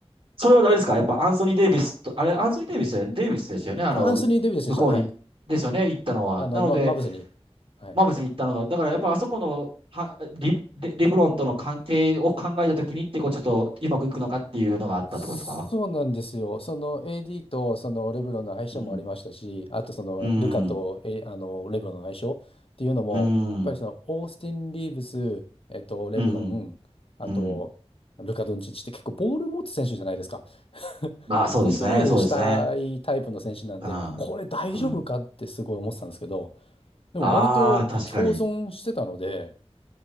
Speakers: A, on the right; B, on the left.
A: それは誰ですかやっぱアンソニー・
B: あ、
A: デイビスと、あれ、アンソニー・デイビスだよね、デイビスでしたよね。あの、
B: アンソニー・デイビスでした。
A: 向こうに、
B: はい。
A: ですよね、行ったのは。
B: あの、
A: なので、
B: ま、マブズに。はい。
A: マーブスに行ったのは、だからやっぱあそこの、はリ、レレブロンとの関係を考えたときにって、こうちょっとうまくいくのかっていうのがあったってことですか
B: そうなんですよ。その AD とそのレブロンの相性もありましたし、
A: うん。
B: あとそのルカと、
A: うん。
B: え、あのレブロンの相性っていうのも、
A: うん。
B: やっぱりそのオースティン・リーブス、えっと、レブロン、
A: うん。
B: あとルカ・
A: うん。
B: ドンチッチって結構ボール持つ選手じゃないですか。<laughs>
A: ああ、そうですね。
B: コントロールしたいタイプの選手なんで、
A: そうですね。うん。
B: これ大丈夫かってすごい思ってたんですけど、
A: うん。
B: でも割と共存してたので、
A: ああ、確かに。